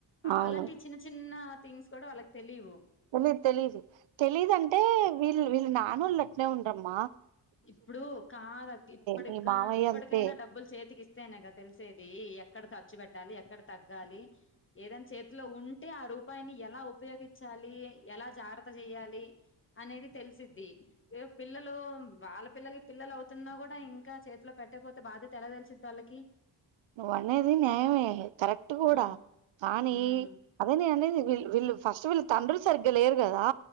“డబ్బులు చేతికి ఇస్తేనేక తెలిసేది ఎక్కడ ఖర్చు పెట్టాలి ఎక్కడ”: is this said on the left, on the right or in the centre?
Left